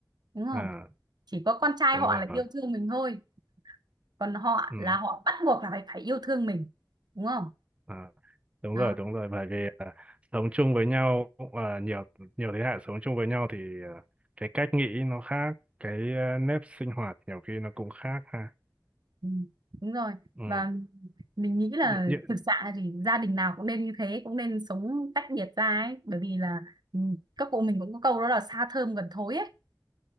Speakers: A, on the right; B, on the right.
A: đúng không
B: à
A: chỉ có con trai
B: đúng
A: họ
B: rồi
A: là yêu thương mình thôi còn họ
B: Ừ,
A: là họ bắt buộc là phải phải yêu thương mình đúng không
B: à, đúng
A: đó
B: rồi, đúng rồi, bởi vì à, sống chung với nhau à, nhiều nhiều thế hệ sống chung với nhau thì à, cái cách nghĩ nó khác, cái à, nếp sinh hoạt nhiều khi nó cũng khác ha.
A: ừ, đúng rồi
B: Ừ,
A: và mình nghĩ là
B: như, như,
A: thực sự thì gia đình nào cũng nên như thế cũng nên sống tách biệt ra ấy bởi vì là ừ, các cụ mình cũng có câu đó là xa thơm gần thối ấy